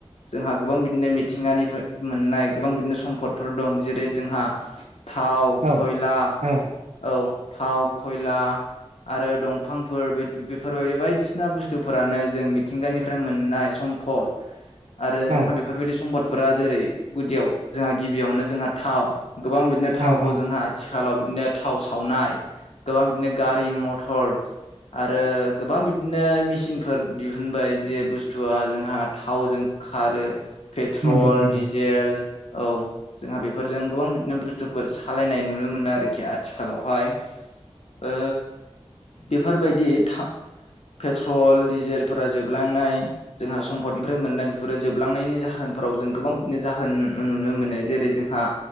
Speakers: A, on the left; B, on the right.
A: जोंहा गोबां बिदिनो मिथिगा मोननाय गोबां बिदिनो सम्पदफोर दं जेरै जोंहा थाव
B: औ
A: खयला
B: औ
A: औ थाव खयला आरो दंफांफोर बेफोरबायदि बायदिसिना बुस्थुफोरानो जों मिथिंगानिफ्राय मोननाय सम समफद आरो जोंहा
B: औ
A: बेफोरबायदि सम्पदफोरा जेरै गुदियाव जोंहा गिबियावनो जोंहा थाव गोबां बिदिनो थावखौ
B: औ औ
A: जोंहा आथिखालाव बिदिनो थाव सावनाय गोबां बिदिनो गारि मथर ग- आरो गोबां बिदिनो मेसिनफोर दिहुनबाय जे बुस्थुआ जोंहा थावजों खारो पेट्रल,
B: नंगौ नंगौ
A: डिजेल औ जोंहा बेफोरजों गोबां बिदिनो बुस बुस्थुफोर सालायनाय नुनो मोनो आरोखि आथिखालावहाय ओ बेफोरबायदि था पेट्रल, डिजेलफोरा जोबलांनाय जोंहा सम्पदनिफ्राय मोननाय बेफोरो जोबलांनायनि जाहोन फोराव जों गोबां बिदिनो जाहोन नुनो मोनो जेरै जोंहा